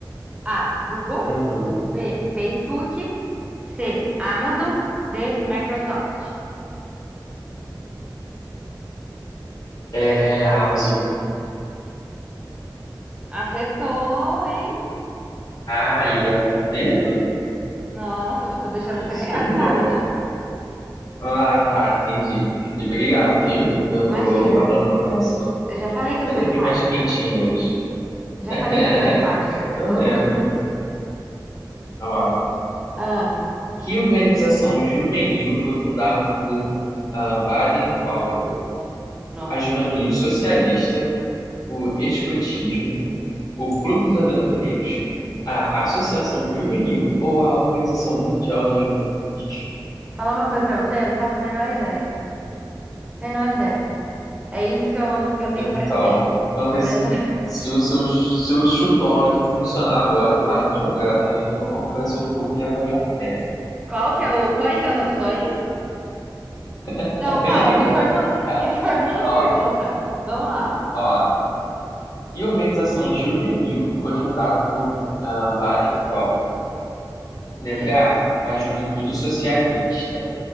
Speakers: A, on the right (about 15°); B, on the left (about 50°).
A: A. Google.
B: uhum.
A: B. Facebook. C. Amazon. D. Microsoft.
B: É, Amazon.
A: Acertou, hein?
B: Aí, ó, tá vendo?
A: Nossa, eu tô deixando
B: É
A: você
B: isso
A: ganhar,
B: aí,
A: você sabe,
B: ó.
A: né?
B: Ah, tá, entendi, entendi. Obrigado, viu? Eu vou,
A: Imagina.
B: eu vou guardar no meu coração.
A: Eu já falei
B: Eu
A: que
B: até
A: eu sou
B: dormi
A: empática.
B: mais quentinho hoje.
A: Eu já
B: <laughs>
A: falei que eu sou empática.
B: Tô
A: Sou
B: vendo.
A: muito.
B: Ó,
A: Ah,
B: que organização juvenil foi fundada por ah, Baden Powell?
A: nossa.
B: A Juventude Socialista, o Escotismo, o Clube dos Aventureiros, a Associação Juvenil ou a Organização Mundial da Juventude?
A: Falar uma coisa pra você, eu não faço a menor ideia. Menor ideia. É isso que eu, que eu tenho
B: Então,
A: pra dizer
B: vamos
A: sobre
B: ver se,
A: essa.
B: se o seu, se o chutômetro funcionar agora, eu paro de jogar e vou comprar seu puto e levo aí a pé.
A: <laughs> Qual que é o, quais são as opções?
B: <laughs>
A: Não,
B: Até
A: calma,
B: animou.
A: reformula, <laughs>
B: É.
A: reformula a
B: Ó,
A: pergunta. Vamos lá.
B: ó, que organização juvenil foi fundada por ah, Baden Powell? Letra
A: Hum,
B: A, a Juventude Socialista.